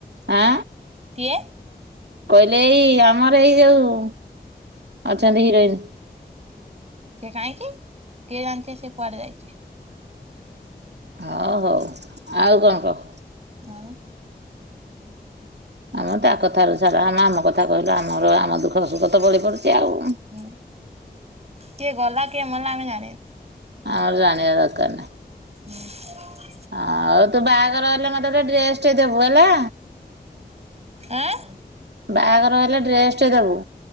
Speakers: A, on the right; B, on the right.
A: ଆଁ
B: କିଏ
A: କହିଲେ ଏଇ ଆମର ଏଇ ଯୋଉ ଅଛନ୍ତି ହିରୋଇନ।
B: ସେ କାହିଁକି କିଏ ଜାନିଛି ସେ କୁଆଡେ ଯାଇଛି।
A: ଓ ହଉ ଆଉ କଣ କହ?
B: ଆଉ
A: ଆମ ତା କଥାରୁ ଛଡା ଆମେ ଆମ କଥା କହିଲୁ ଆମର ଆମ ଦୁଃଖ ସୁଖ ତ ବଳି ପଡଛି ଆଉ
B: ହୁଁ କିଏ ଗଲା କିଏ ମଲା ଆମେ ଜାଣି
A: ଆଉ ଜାଣିବା ଦରକାର ନାହିଁ।
B: ହୁଁ
A: ଆଉ ତୁ ବାହାଘର ହେଲେ ମତେ ଗୋଟେ ଡ୍ରେସ ଟେ ଦେବୁ ହେଲା।
B: ଆଁ
A: ବାହାଘର ହେଲେ ଡ୍ରେସ ଟେ ଦେବୁ।